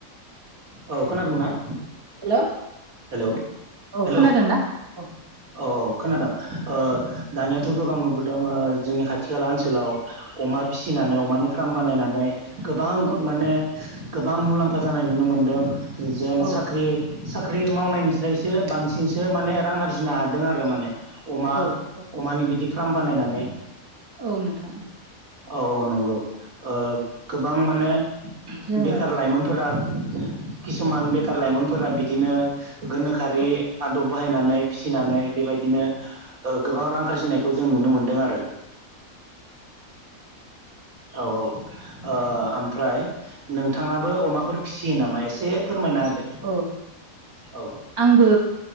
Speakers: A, on the right; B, on the right.
A: औ खोनादोंना?
B: हेलौ‌
A: हेलौ
B: औ
A: हेलौ
B: खोनादों दा औ।
A: औ खोनादों ओ दानियाथ' गोबां नुबोदों जोंनि खाथि खाला ओनसोलाव अमा अमा फिसिनानै अमानि फार्म बानायनानै गोबां
B: औ
A: माने गोबां मुलाम्फा जानाय नुनो मोनदों जेन
B: औ
A: साख्रि साख्रि मावनायनिफ्रायसो बांसिनसो माने रां आरजिनो हादों आरो माने। अमा
B: औ औ
A: अमानि बिदि फार्म बानायनानै
B: औ नोंथां।
A: औ औ नंगौ ओ गोबां माने
B: जोङो
A: बेखार लाइमोन फोरा किसुमान बेखार लाइमोनफोरा बिदिनो गोनोखोआरि
B: औ
A: आदब बाहायनानै फिसिनानै बेबायदिनो ओ गोबां रां आरजिनायखौ जों नुनो मोनदों आरो। औ औ ओ ओमफ्राय नोंथाङाबो अमाफोर फिसियो नामा एसे फोरमायना होदो
B: औ
A: औ
B: आंबो।